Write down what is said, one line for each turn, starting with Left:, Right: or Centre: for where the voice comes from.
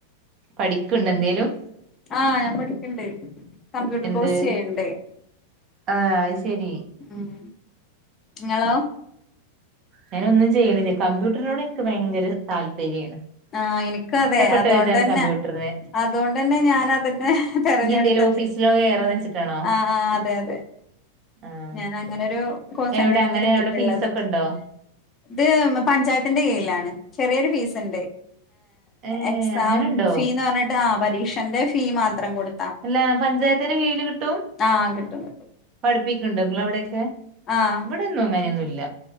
Right: പഠിക്ക്ണ്ടൊ എന്തേലും?
Left: ആ ഞാൻ പഠിക്കണ്ട് കമ്പ്യൂട്ടർ
Right: എന്ത്
Left: കോഴ്സ് ചെയ്യ്ണ്ട്.
Right: ആഹ് ശരി
Left: ഉം ഇങ്ങളോ?
Right: ഞാനൊന്നും ചെയ്യ്ണില്ല കമ്പ്യൂട്ടറിനോട് എനിക്ക് ഭയങ്കര താല്പര്യാണ്.
Left: ആഹ് എനിക്ക്
Right: ഇഷ്ടപ്പെട്ട
Left: അതെ അതോണ്ടെ
Right: ഒരിതാണ് കമ്പ്യൂട്ടറിന്
Left: ന്നെ. അതോണ്ടന്നെ ഞാൻ അതനെ തെരഞ്ഞെടുത്തത്.
Right: ഇനി എന്തേലും ഓഫീസിലോ കേറാന്ന് വെച്ചിട്ടാണോ
Left: ആഹ് ആ അതെ അതെ
Right: ആഹ്
Left: ഞാൻ അങ്ങനെരു കോഴ്സ്
Right: എവിടെ
Left: ന്നെയാണ്
Right: അങ്ങനെ
Left: എടുത്തിട്ടുള്ളത്.
Right: അവിടെ ഫീസൊക്കെ ഉണ്ടോ
Left: ഇത് പഞ്ചായത്തിന്റെ കീഴിലാണ് ചെറിയൊരു ഫീസ്ണ്ട്.
Right: ഏഹ്
Left: എക്സാം
Right: അങ്ങനുണ്ടോ
Left: ഫീ എന്ന് പറഞ്ഞിട്ട് ആ പരീക്ഷന്റെ ഫീ മാത്രം കൊട്
Right: ല്ല പഞ്ചായത്തിന്റെ കീഴിൽ കിട്ടും
Left: ആ കിട്ടും കിട്ടും
Right: പഠിപ്പിക്ക്ണ്ടോ അവിടെൊക്കെ?
Left: ഹാ
Right: ഇവിടെൊന്നും അങ്ങനെയൊന്നും ഇല്ല.